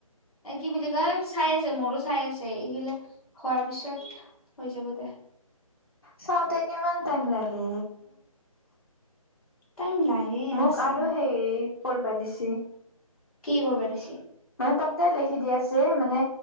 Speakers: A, in the centre; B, on the left.
A: এ' কি বুলি কয়, চাই আছে, মোৰো চাই আছে, এইগিলা হোৱাৰ পিছত, হৈ যাব দে।
B: চাওঁতে কিমান টাইম লাগে?
A: টাইম লাগে
B: মোক
A: বাচ্ছা
B: আৰু, সে কৰিবা দিছে।
A: কি কৰিববা দিছি?
B: তাতে লিখি দি আছে, মানে